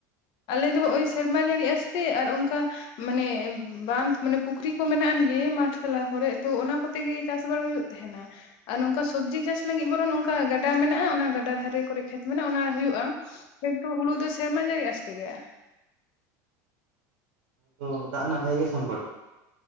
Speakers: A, on the left (about 55°); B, on the right (about 75°).
A: ᱟᱞᱮ ᱫᱚ ᱦᱚᱜᱼᱚᱭ ᱥᱮᱨᱢᱟ ᱡᱟᱹᱲᱤ ᱟᱥᱛᱮ ᱟᱨ ᱚᱱᱠᱟ ᱢᱟᱱᱮ ᱵᱟᱸᱫᱷ ᱢᱟᱱᱮ ᱯᱩᱠᱷᱨᱤ ᱠᱚ ᱢᱮᱱᱟᱜ ᱟᱱᱜᱮ ᱢᱟᱴᱷ ᱛᱟᱞᱟ ᱠᱚᱨᱮ ᱛᱚ ᱚᱱᱟ ᱠᱚᱛᱮᱜᱮ ᱪᱟᱥ ᱵᱟᱲᱟ ᱦᱩᱭᱩᱜ ᱛᱟᱦᱮᱱᱟ ᱟᱨ ᱱᱚᱝᱠᱟ ᱥᱚᱵᱽᱡᱤ ᱪᱟᱥ ᱞᱟᱹᱜᱤᱫ ᱵᱚᱨᱚᱱ ᱱᱚᱝᱠᱟ ᱜᱟᱰᱟ ᱢᱮᱱᱟᱜᱼᱟ ᱚᱱᱟ ᱜᱟᱰᱟ ᱫᱷᱟᱨᱮ ᱠᱚᱨᱮ ᱠᱷᱮᱛ ᱢᱮᱱᱟᱜᱼᱟ ᱚᱱᱟ ᱦᱩᱭᱩᱜᱼᱟ ᱠᱤᱱᱴᱩ ᱦᱩᱲᱩ ᱫᱚ ᱥᱮᱨᱢᱟ ᱡᱟᱹᱲᱤ ᱟᱥ ᱛᱮᱜᱮᱼᱟ
B: ᱦᱚᱸ ᱫᱟᱜ ᱨᱮᱱᱟᱜ ᱵᱷᱟᱜᱮ ᱜᱮ ᱥᱚᱝᱠᱚᱴ